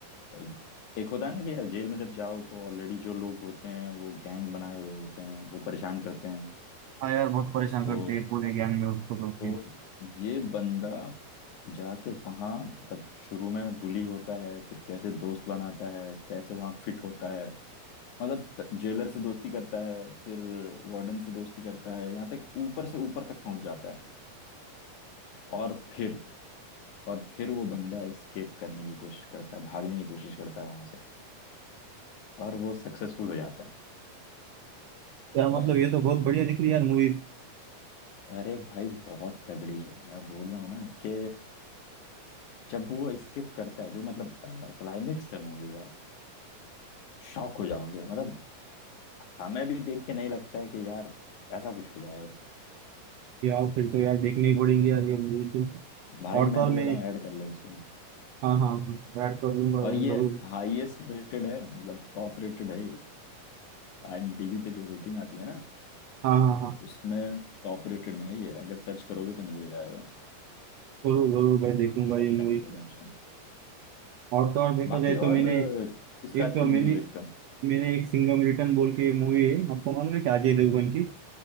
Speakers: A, on the left; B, on the right.
A: अ, एक होता है ना कि यार जेल में जब जाओ तो ऑलरेडी जो लोग होते हैं वो गैंग बनाए हुए होते हैं वो परेशान करते हैं
B: हाँ यार बहुत परेशान
A: तो
B: करते हैं पूरे ज्ञान में उसको तो
A: तो
B: फिर
A: ये बंदा जाके वहाँ मतलब शुरू में बुली होता है फिर कैसे दोस्त बनाता है कैसे वहाँ फिट होता है मतलब जेलर से दोस्ती करता है फिर वार्डन से दोस्ती करता है यहाँ तक ऊपर से ऊपर तक पहुंच जाता है और फिर और फिर वो बंदा एस्केप करने की कोशिश करता है भागने की कोशिश करता है वहां से और वो सक्सेसफुल हो जाता है
B: यार मतलब
A: और
B: ये तो बहुत बढ़िया दिख रही है यार मूवी
A: अरे भाई बहुत तगड़ी है मैं बोल रहा हूँ ना कि जब वो एस्केप करता है जो मतलब क्लाइमेक्स है मूवी का शॉक हो जाओगे मतलब हमें भी देख के नहीं लगता है कि यार ऐसा कुछ हो जाएगा
B: यार फिर तो यार देखनी ही पड़ेगी यार ये मूवी तो
A: भाई
B: और
A: मैं
B: तो और
A: तो
B: मैंने
A: कहता हूँ ऐड कर लो उसको
B: हाँ हाँ ऐड कर लूंगा
A: और
B: यार
A: ये
B: जरूर
A: हाईएस्ट रेटेड है मतलब टॉप रेटेड है ये आईएमडीबी पे जो रेटिंग आती है ना
B: हाँ हाँ हाँ
A: उसमें टॉप रेटेड में है ये अगर सर्च करोगे तो मिल जाएगा
B: जरूर जरूर भाई देखूंगा
A: शॉशैंक
B: ये मूवी
A: रिडेम्पशन
B: और तो और देखा
A: बाकी
B: जाए तो मैंने
A: और अ, किस टाइप
B: एक तो
A: की
B: मैंने
A: मूवीज देखते हो
B: मैंने एक सिंघम रिटर्न बोल के मूवी है आपको मालूम है क्या अजय देवगन की